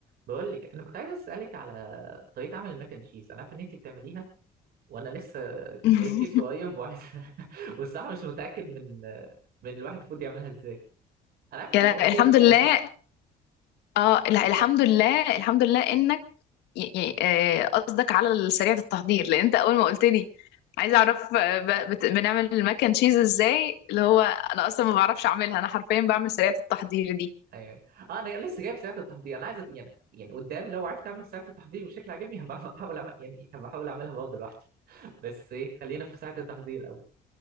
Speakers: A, on the right; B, on the left.
A: بقول لك انا كنت عايز اسالك على طريقه عمل الماك اند تشيز انا عارف ان انت بتعمليها وانا لسه
B: <laughs>
A: جايب كيس قريب وعايز <laughs> والصراحه مش متاكد من من الواحد المفروض يعملها ازاي انا عارف انت
B: يا لا
A: طبختيها
B: الحمد
A: قبل كده
B: لله
A: صح
B: اه لا الحمد لله الحمد لله انك ي- ي- آه، قصدك على سريعة التحضير لان انت اول ما قلت لي عايزه اعرف آه، ب- بت- بنعمل المكن تشيز ازاي اللي هو انا اصلا ما بعرفش اعملها انا حرفيا بعمل سريعة التحضير دي
A: ايوه اه انا لسه جايب ساعه التحضير انا عايز أ- يعني يعني قدام لو عرفت اعمل ساعه التحضير بشكل عاجبني هبقى <laughs> احاول أعمل... يعني هبقى احاول اعملها برضه لوحدي <laughs> بس ايه خلينا في ساعه التحضير الاول